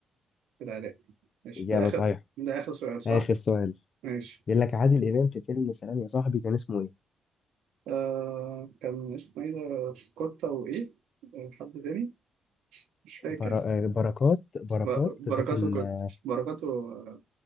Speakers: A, on the right (about 85°); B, on the left (about 45°).
A: في العراق ماشي
B: إجابة
A: ده آخر
B: صحيحة
A: ده آخر سؤال صح؟
B: آخر سؤال
A: ماشي
B: بيقول لك عادل إمام في فيلم سلام يا صاحبي كان اسمه إيه؟
A: آه كان اسمه إيه ده كوتا وإيه؟ آه، حد تاني؟ مش فاكر
B: برا... آه، بركات بركات
A: ب- بركاته
B: ده كان
A: كوتا
B: آه،
A: بركاته آه،